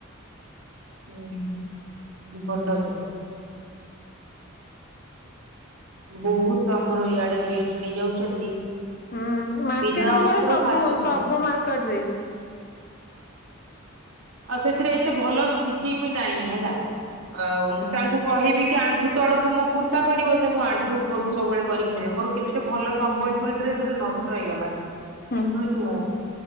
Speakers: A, on the right; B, on the left.
A: ହୁଁ ହୁଁ ଭଲ ତ। ବହୁତ ଆମର ଇଆଡେ ରେଟ ନେଇଯାଉଛନ୍ତି।
B: ହୁଁ ମାର୍କେଟ
A: ବିନା
B: ଉପରେ
A: ଅସ୍ତ୍ର
B: ସବୁ
A: ସାତଶହ।
B: ସବୁ ମାର୍କେଟ ରେ
A: ଆଉ ସେଥିରେ ଏତେ ଭଲ ସ୍ତିଚିଙ୍ଗି ବି ନାହିଁ ହେଲା ଆ ମୁଁ ତାଙ୍କୁ କହିବି କି ଆଣ୍ଠୁ ତଳକୁ ମୋ କୁର୍ତ୍ତା କରିବ ସେ ମୁଁ ଆଣ୍ଠୁ ଉପରକୁ ସବୁବେଳେ କରିକି ଦେବେ ମୋର। କେତେ ଭଲ ସମ୍ବଲପୁରୀ ଡ୍ରେସ ଗୋଟେ ନଷ୍ଟ ହେଇଗଲା।
B: ହଁ
A: ପିନ୍ଧୁନି ମୁଁ।